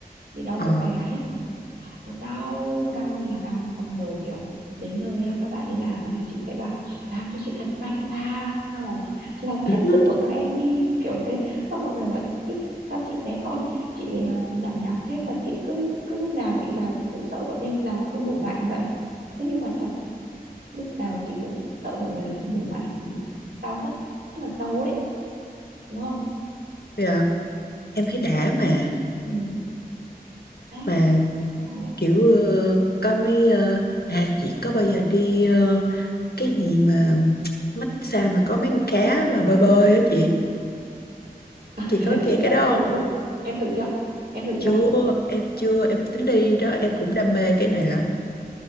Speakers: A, on the right; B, on the left.
A: bị đau
B: ờ
A: cổ vai gáy ấy Nó đau đau ơi là đau xong rồi kiểu đến nơi á, các bạn ấy làm á là chị sẽ bảo làm cho chị thật mạnh vào <laughs> làm
B: <laughs>
A: hết sức của các em đi kiểu thế xong mọi người bảo "Ý, sao chị bé con chị à, nhảm nhảm thế và chị cứ cứ lúc nào chị vào chị cũng sợ bọn em làm không đủ mạnh vậy thế nhưng mà thật lúc nào chị cũng sợ mọi người làm không đủ mạnh vì đau rất rất là sâu ấy đúng không
B: dạ em thấy đã mà
A: ừ đấy
B: mà
A: đúng rồi
B: kiểu ờ, có mấy ờ, à chị có bao giờ đi ờ, cái gì mà massage mà có mấy con cá mà bơi bơi á chị
A: <laughs>
B: chị có cái
A: chị
B: cái
A: đã
B: đó không
A: thử em thử chưa em thử
B: chưa
A: chưa
B: em chưa em tính đi đó em cũng đam mê cái này lắm